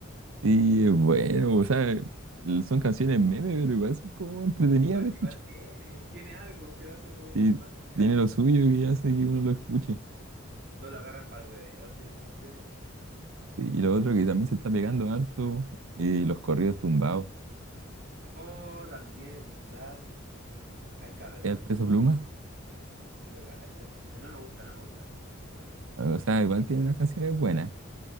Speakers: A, on the right; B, on the right.
A: Sí, es bueno, o sea, l- son canciones meme, pero igual son como entretenidas
B: Igual,
A: de
B: igual
A: escuchar.
B: tiene, tiene algo que lo hace de-
A: Y
B: para escuchar.
A: tiene lo suyo que hace que uno lo escuche.
B: Todos lo agarran para el hueveo, sí, esas canciones.
A: Sí, y lo otro que también se está pegando harto, eh, los corridos tumbados.
B: Oh, también es verdad. Ay, cabrón,
A: ¿Ya el Peso Pluma?
B: sí lo cacho. Pero no me gusta, no me gusta.
A: O sea, igual tiene unas canciones buenas.